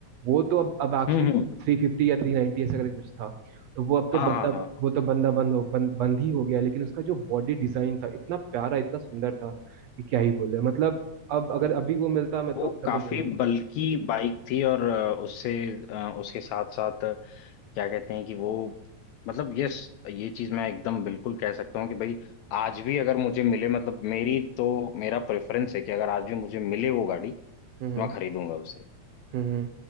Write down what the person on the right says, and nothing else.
वो तो अब अब एक्चुअली
थ्री फिफ्टी या थ्री नाइन्टी ऐसा करके कुछ था तो वो अब तो
बंदा
वो तो बंदा बंद हो बंद बंद ही हो गया लेकिन उसका जो बॉडी डिजाइन था इतना प्यारा इतना सुंदर था कि क्या ही बोले मतलब अब अगर अभी वो मिलता मैं
तो मैं
तो ले लेता
हम्म हम्म
हम्म।